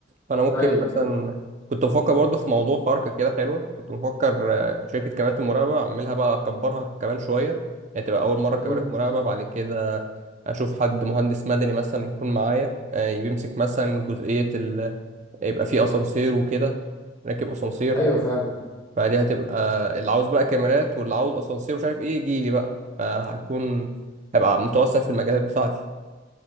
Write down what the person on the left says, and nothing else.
طيب
امم
ايوه فاهمك